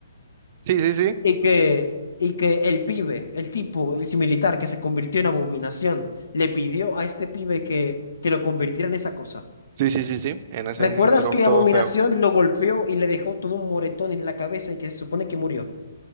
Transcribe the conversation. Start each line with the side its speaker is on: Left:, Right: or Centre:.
Right: Sí, sí, sí.
Left: Y que, y que el pibe, el tipo, el militar que se convirtió en abominación, le pidió a este pibe que, que lo convirtiera en esa cosa.
Right: Sí, sí, sí, sí. En ese
Left: ¿Recuerdas
Right: engendro
Left: que
Right: todo
Left: Abominación
Right: feo.
Left: lo golpeó y le dejó todo un moretón en la cabeza y que se supone que murió?